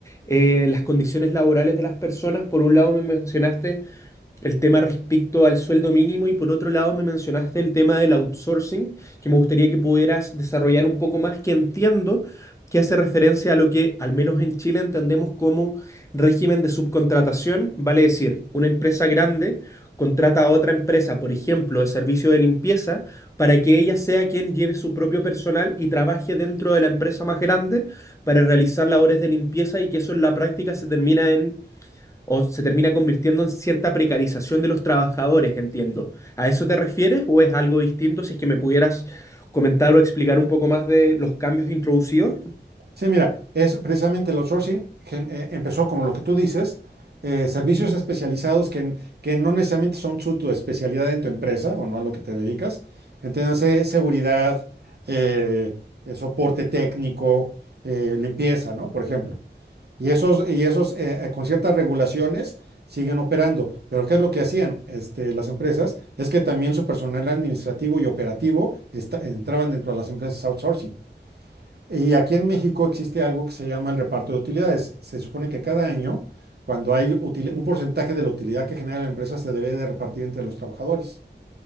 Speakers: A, on the left (about 15°); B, on the right (about 60°).
A: eh, las condiciones laborales de las personas. Por un lado me mencionaste el tema respecto al sueldo mínimo y por otro lado me mencionaste el tema del outsourcing, que me gustaría que pudieras desarrollar un poco más, que entiendo que hace referencia a lo que al menos en Chile entendemos como régimen de subcontratación, vale decir, una empresa grande contrata a otra empresa, por ejemplo, de servicio de limpieza, para que ella sea quien lleve su propio personal y trabaje dentro de la empresa más grande para realizar labores de limpieza y que eso en la práctica se termina en o se termina convirtiendo en cierta precarización de los trabajadores, entiendo. ¿A eso te refieres o es algo distinto? Si es que me pudieras comentar o explicar un poco más de los cambios introducidos.
B: Sí, mira, es precisamente el outsourcing gen- eh, empezó como lo que tú dices, eh, servicios especializados que, n- que no necesariamente son su tu especialidad en tu empresa o no a lo que te dedicas. Entiéndase seguridad, eh, eh, soporte técnico, eh, limpieza, ¿no? Por ejemplo. Y esos, y esos eh, eh, con ciertas regulaciones siguen operando. Pero ¿qué es lo que hacían este, las empresas? Es que también su personal administrativo y operativo esta- entraban dentro de las empresas outsourcing. Y aquí en México existe algo que se llama el reparto de utilidades. Se supone que cada año, cuando hay util- un porcentaje de la utilidad que genera la empresa, se debe de repartir entre los trabajadores.